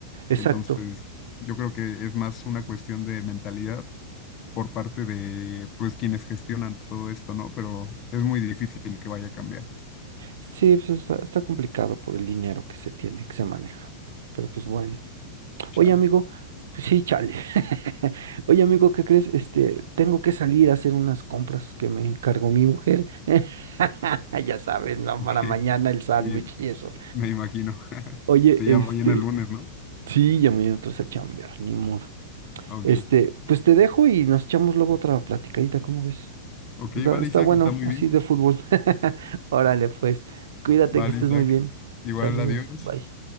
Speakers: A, on the right (about 80°); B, on the left (about 25°).
A: Exacto.
B: Entonces, yo creo que es más una cuestión de mentalidad por parte de, pues, quienes gestionan todo esto, ¿no? Pero es muy difícil que vaya a cambiar.
A: Sí, pues está, está complicado por el dinero que se tiene, que se maneja. Pero pues bueno.
B: Chale,
A: Oye, amigo, sí, chale. <laughs> Oye, amigo, ¿qué crees? Este, tengo que salir a hacer unas compras que me encargó mi mujer. <laughs> Ya sabes, no,
B: <laughs> ok.
A: para mañana el sándwich
B: Sí,
A: y eso.
B: me imagino. <laughs>
A: Oye,
B: Se
A: este,
B: llama mañana el lunes, ¿no?
A: sí, ya me entras a chambear, ni modo.
B: Ok,
A: Este, pues te dejo y nos echamos luego otra platicadita, ¿cómo ves?
B: ok,
A: Da-
B: vale,
A: Está
B: Isaac,
A: bueno,
B: está muy
A: así
B: bien.
A: de fútbol. <laughs> Órale, pues, cuídate
B: Vale,
A: que estés
B: Isaac.
A: muy bien.
B: Igual,
A: Saludos,
B: adiós.
A: bye.